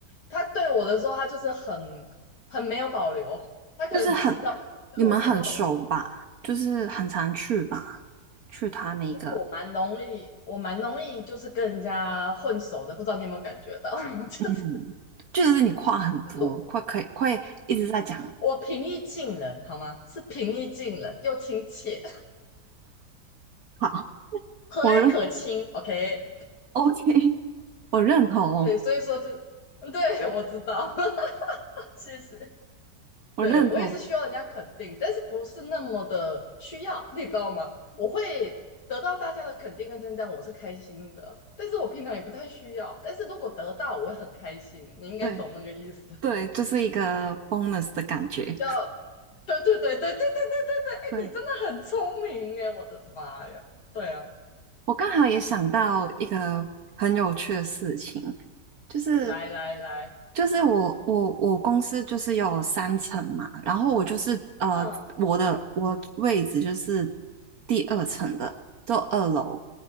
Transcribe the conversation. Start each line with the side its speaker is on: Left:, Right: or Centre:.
Left: 他对我的时候，他就是很很没有保留，他可能知道就是对我什么都。
Right: 就是很，你们很熟吧？就是很常去吧？去他那个，
Left: 其实我蛮容易，我蛮容易就是跟人家混熟的，不知道你有没有感觉到？<laughs> 就是
Right: 嗯，就是你话很多，
Left: 我
Right: 快可以会一直在讲。
Left: 平易近人，好吗？是平易近人又亲切，<laughs>
Right: 好，
Left: 和蔼可亲。
Right: 我认
Left: OK，
Right: ，OK，<laughs> 我认同，
Left: 对，所以说就，嗯对，我知道，<laughs> 谢谢。
Right: 我认同。
Left: 对，我也是需要人家肯定，但是不是那么的需要，你知道吗？我会得到大家的肯定跟称赞，我是开心的，但是我平常也不太需要，但是如果得到，我会很开心。你应该懂那个意思。
Right: 对对，就是一个 bonus 的感觉。
Left: 比较，对对对对对对对对对，哎，
Right: 对，
Left: 你真的很聪明哎，我的妈呀！对啊，
Right: 我刚好也想到一个很有趣的事情，就是
Left: 来来来，
Right: 就是我我我公司就是有三层嘛，然后我就是呃我的我的位置就是
Left: 嗯
Right: 第二层的，就二楼。